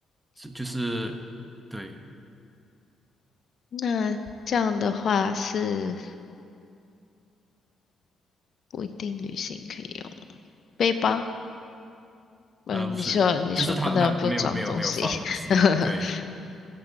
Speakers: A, on the right (about 15°); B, on the left (about 55°).
A: 是就是对，
B: 那这样的话是不一定旅行可以用背包。嗯，
A: 呃，不是，
B: 你说你说不能不装东西，
A: 就是他他没有没有没有放东西，
B: <laughs>
A: 对，